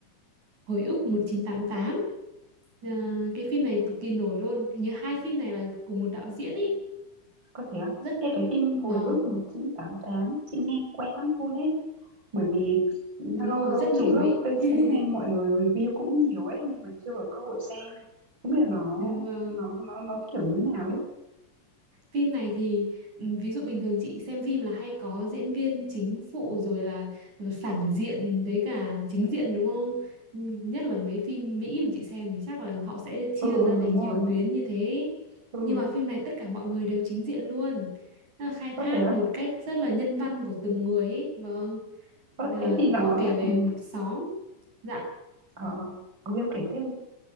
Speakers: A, on the right (about 60°); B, on the right (about 35°).
A: Hồi ức một chín tám tám. Ờ, cái phim này cực kỳ nổi luôn. Hình như hai phim này là cùng một đạo diễn ý.
B: Có thể á?
A: Rất
B: Ê, cái phim Hồi
A: vâng,
B: ức 1988, chị nghe quen lắm luôn ấy. Bởi vì
A: đúng
B: lâu
A: rồi,
B: lâu
A: rất nổi.
B: chị lướt Facebook
A: <laughs>
B: nghe mọi người review cũng nhiều ấy, nhưng mà chưa có cơ hội xem, không biết là nó
A: Vâng.
B: nó nó nó kiểu như nào ấy.
A: Phim này thì ừ, ví dụ bình thường chị xem phim là hay có diễn viên chính phụ rồi là phản diện với cả chính diện đúng không? Ừ, Nhất là mấy phim Mỹ mà chị xem thì chắc là họ sẽ chia
B: Ừ, ừ,
A: ra thành
B: đúng
A: nhiều
B: rồi.
A: tuyến như thế.
B: Ừ,
A: Nhưng mà phim này tất cả mọi người đều chính diện luôn. Nó là khai thác
B: có thể á.
A: một cách rất là nhân văn của từng người ấy. Vâng,
B: Có
A: Là
B: thế thì nó
A: họ kể
B: lại
A: về
B: ừ,
A: một xóm. Dạ
B: ờ, ừ, em kể tiếp đi.